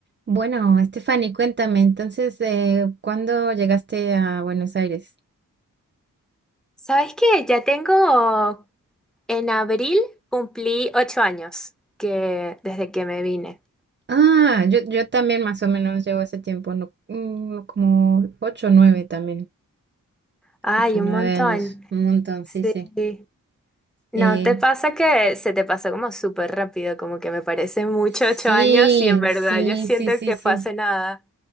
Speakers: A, on the right (about 35°); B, in the centre.
A: Bueno, Stephanie, cuéntame, entonces, eh, ¿cuándo llegaste a Buenos Aires?
B: ¿Sabes qué? Ya tengo, en abril cumplí ocho años que, desde que me vine.
A: Ah, yo, yo también más o menos llevo hace tiempo, no, mm, como ocho o nueve también,
B: Ay,
A: ocho o
B: un
A: nueve
B: montón.
A: años, un montón,
B: Sí.
A: sí, sí.
B: ¿No
A: Eh,
B: te pasa que se te pasó como súper rápido? Como que me parece mucho
A: sí,
B: ocho años y en verdad
A: sí,
B: yo siento
A: sí, sí,
B: que
A: sí.
B: fue hace nada.